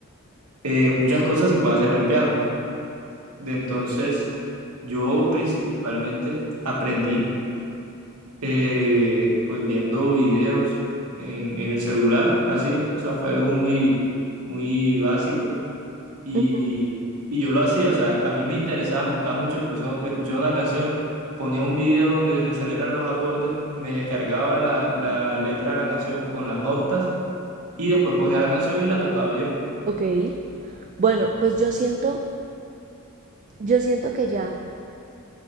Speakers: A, on the right; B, on the right.
A: eh, muchas cosas se pueden hacer en el piano. De entonces, yo principalmente aprendí eh, pues viendo videos en, en el celular, así, o sea, fue algo muy, muy básico y,
B: <laughs>
A: y- y yo lo hacía, o sea, a mí me interesaba, me gustaba mucho escuchar, escuchar una canción, ponía un video donde me salieran los acordes, me descargaba la, la letra de la canción con las notas y después ponía la canción y la tocaba yo.
B: Ok. Bueno, pues yo siento, yo siento que ya,